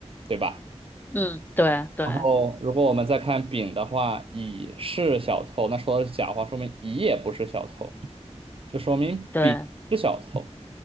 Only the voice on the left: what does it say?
嗯，对对
对